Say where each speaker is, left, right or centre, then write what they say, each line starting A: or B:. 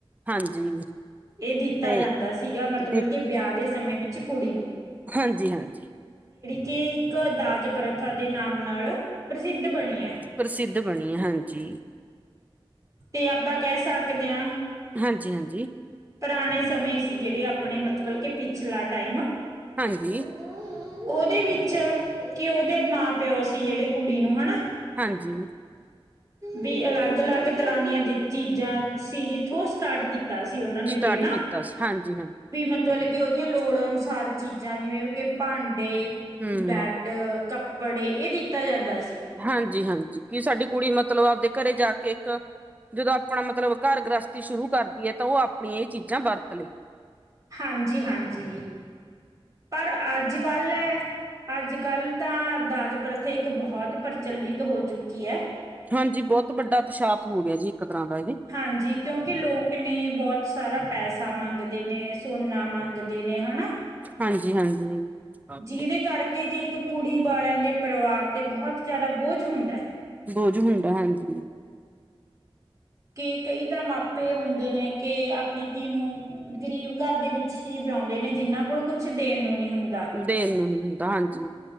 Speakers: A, on the right (about 15°); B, on the right (about 35°).
A: ਹਾਂਜੀ
B: ਇਹ ਦਿੱਤਾ
A: ਤੇ
B: ਜਾਂਦਾ ਸੀਗਾ ਮਤਲਬ
A: ਦੀ
B: ਕਿ ਵਿਆਹ ਦੇ ਸਮੇਂ ਵਿੱਚ ਕੁੜੀ ਨੂੰ
A: ਹਾਂਜੀ ਹਾਂਜੀ
B: ਕੇ ਇੱਕ ਦਾਜ ਪ੍ਰਥਾ ਦੇ ਨਾਮ ਨਾਲ ਪ੍ਰਸਿੱਧ <unintelligible> ਬਣੀ ਹੈ
A: ਪ੍ਰਸਿੱਧ ਬਣੀ ਹਾਂਜੀ
B: ਤੇ ਆਪਾਂ ਕਹਿ ਸਕਦੇ ਹਾਂ
A: ਹਾਂਜੀ ਹਾਂਜੀ
B: ਪੁਰਾਣੇ ਸਮੇਂ ਸੀ ਜਿਹੜੇ ਆਪਣੇ ਮਤਲਬ ਕਿ ਪਿਛਲਾ ਟਾਈਮ
A: ਹਾਂਜੀ
B: ਉਹਦੇ ਵਿੱਚ ਕਿ ਉਹਦੇ ਮਾਂ ਪਿਓ ਸੀ ਜਿਹੜੇ ਕੁੜੀ ਨੂੰ ਹਨਾ
A: ਹਾਂਜੀ
B: ਵੀ ਅਲੱਗ ਅਲੱਗ ਤਰ੍ਹਾਂ ਦੀਆਂ ਚੀਜ਼ਾਂ ਸੀ ਜਿਥੋਂ ਸਟਾਰਟ ਤਾਂ ਸੀ ਉਹਨਾਂ ਨੇ
A: ਸਟਾਰਟ
B: ਦੇਣਾ
A: ਕੀਤਾ ਸੀ ਹਾਂਜੀ ਹਾਂਜੀ
B: ਵੀ ਮਤ ਮਤਲਬ ਕਿ ਉਹਦੀਆਂ ਲੋੜ ਅਨੁਸਾਰ ਚੀਜ਼ਾਂ ਜਿਵੇਂ ਕਿ ਭਾਂਡੇ
A: ਹਮ
B: ਬੈਂਡ ਕੱਪ ਬੜੇ ਇਹ ਦਿੱਤਾ ਜਾਂਦਾ ਸੀ
A: ਹਾਂਜੀ ਹਾਂਜੀ ਕਿ ਸਾਡੀ ਕੁੜੀ ਮਤਲਬ ਆਪਦੇ ਘਰੇ ਜਾ ਕੇ ਇੱਕ ਜਦੋਂ ਆਪਣਾ ਮਤਲਬ ਘਰ ਗ੍ਰਸਥੀ ਸ਼ੁਰੂ ਕਰਦੀ ਹੈ ਤਾਂ ਉਹ ਆਪਣੀਆਂ ਇਹ ਚੀਜ਼ਾਂ ਵਰਤ ਲਈ
B: ਹਾਂਜੀ ਹਾਂਜੀ ਪਰ ਅੱਜ ਕੱਲ ਅੱਜ ਕੱਲ ਤਾਂ ਦਾਜ ਪ੍ਰਥਾ ਇੱਕ ਬਹੁਤ ਪ੍ਰਚਲਿਤ ਹੋ ਚੁੱਕੀ ਹੈ
A: ਹਾਂਜੀ ਬਹੁਤ ਵੱਡਾ <unintelligible> ਹੋ ਗਿਆ ਜੀ ਤਰ੍ਹਾਂ ਦਾ ਇਹ
B: ਹਾਂਜੀ ਕਿਉਂਕਿ ਲੋਕ ਨੇ, ਬਹੁਤ ਸਾਰਾ ਪੈਸਾ ਮੰਗਦੇ ਨੇ, ਸੋਨਾ ਮੰਗਦੇ ਨੇ ਹਨਾ।
A: ਹਾਂਜੀ ਹਾਂਜੀ
B: ਜਿਹਦੇ ਕਰਕੇ ਕਿ ਇੱਕ ਕੁੜੀ ਵਾਲਿਆਂ ਦੇ ਪਰਿਵਾਰ ਤੇ ਬਹੁਤ ਜਿਆਦਾ ਬੋਝ ਹੁੰਦਾ ਹੈ
A: ਬੋਝ ਹੁੰਦਾ ਹਾਂਜੀ
B: ਕਿ ਕਈ ਤਾਂ ਮਾਪੇ ਹੁੰਦੇ ਨੇ ਕਿ ਆਪਣੀ ਧੀ ਨੂੰ ਗਰੀਬ ਘਰ ਦੇ ਵਿੱਚ ਹੀ ਵਿਆਉਂਦੇ ਨੇ ਜਿਨਾਂ ਕੋਲ ਕੁਛ ਦੇਣ ਨੂੰ ਨੀ ਹੁੰਦਾ
A: ਦੇਣ ਨੂੰ ਨੀ ਹੁੰਦਾ ਹਾਂਜੀ